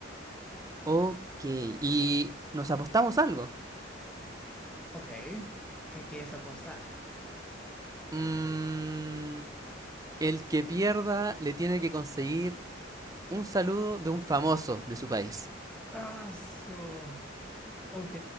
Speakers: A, on the right (about 20°); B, in the centre.
A: Ok, y nos apostamos algo.
B: Ok, ¿qué quieres apostar?
A: Mm, el que pierda le tiene que conseguir un saludo de un famoso de su país.
B: Ah, su- Ok,